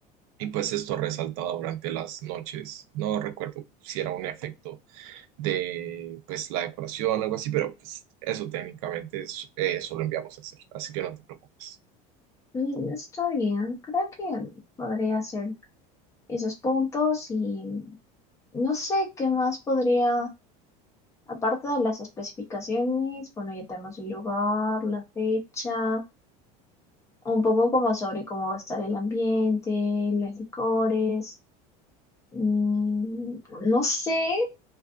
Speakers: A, on the right; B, on the left.
A: y pues esto resaltaba durante las noches. No recuerdo si era un efecto de pues la decoración algo así, pero pues eso técnicamente es, eh, eso lo enviamos a hacer, así que no te preocupes.
B: mm, está bien, creo que podría ser esos puntos y... No sé qué más podría, aparte de las especificaciones, bueno, ya tenemos el lugar, la fecha, un poco como sobre cómo va a estar el ambiente, los licores. Mm, no sé,